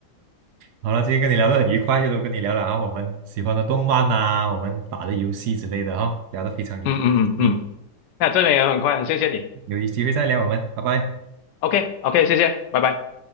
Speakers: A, on the right; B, on the left.
A: 好了，今天跟你聊得很愉快，又都跟你聊了啊，我们喜欢的动漫呐，我们打的游戏之类的哈、聊得非常愉快。
B: 嗯嗯嗯嗯，
A: 你
B: 那这边也很快，很谢谢你。
A: 有机会再聊我们，拜拜。
B: OK OK，谢谢，拜拜。